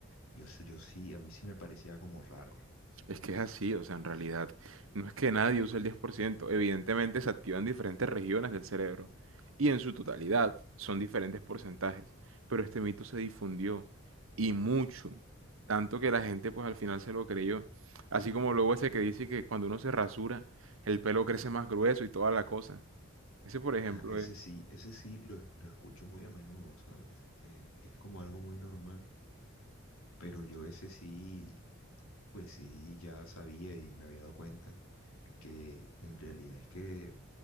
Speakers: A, on the left; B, on the right.
A: yo, sé- yo sí, a mí sí me parecía como raro.
B: Es que es así, o sea, en realidad no es que nadie use el diez por ciento evidentemente se activan diferentes regiones del cerebro y en su totalidad son diferentes porcentajes, pero este mito se difundió y mucho, tanto que la gente pues al final se lo creyó, así como luego ese que dice que cuando uno se rasura el pelo crece más grueso y toda la cosa. Ese por ejemplo
A: Ah, ese
B: es,
A: sí, ese sí lo, es- lo escucho muy a menudo, ¿sabes? es es como algo muy normal, pero yo ese sí. Pues sí, ya sabía y me había dado cuenta que en realidad es que